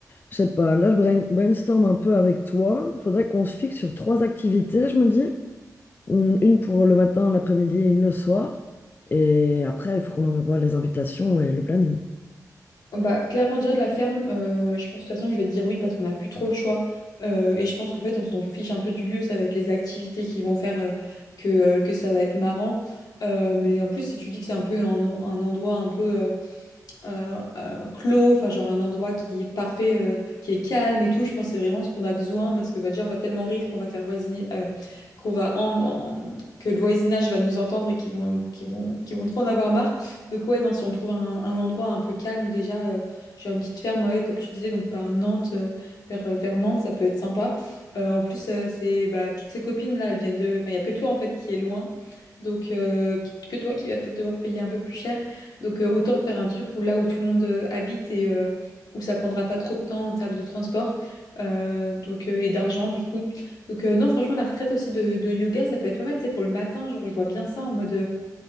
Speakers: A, on the left; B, on the left.
A: je sais pas, là je brain- brainstorm un peu avec toi. Faudrait qu'on se fixe sur trois activités, je me dis. Mm, Une pour le matin, l'après-midi, et une le soir. Et après, il faut qu'on envoie les invitations et le planning.
B: Bah, clairement, déjà, la ferme, euh, je pense que de toute façon, je vais te dire oui parce qu'on n'a plus trop le choix. Euh, et je pense qu'en fait, on s'en fiche un peu du lieu. Ça va être les activités qui vont faire euh, que, euh, que ça va être marrant. Euh, mais en plus, si tu dis que c'est un peu un, en- un endroit un peu euh, euh, euh, clos, enfin genre un endroit qui est parfait, euh, qui est calme et tout. Je pense que c'est vraiment ce qu'on a besoin parce que bah, déjà on va tellement rire qu'on va faire voisiner, euh, qu'on va en, en- que le voisinage va nous entendre et qu'ils vont, qu'ils vont, qu'ils vont trop en avoir marre. Donc ouais, non, si on trouve un, un endroit un peu calme déjà, euh, genre une petite ferme, ouais, comme tu disais, donc par Nantes, euh, vers, euh, vers Nantes, ça peut être sympa. Euh, en plus, euh, c'est bah, toutes ces copines là, elles viennent de, enfin il y a que toi en fait qui est loin, donc euh, que toi qui va peut-être devoir payer un peu plus cher. Donc euh, autant faire un truc où là où tout le monde euh, habite et euh, où ça prendra pas trop de temps en termes de transport euh, donc, euh, et d'argent du coup. Donc euh, non franchement la retraite aussi de, de yoga ça peut être pas mal, tu sais, pour le matin, genre je vois bien ça en mode euh,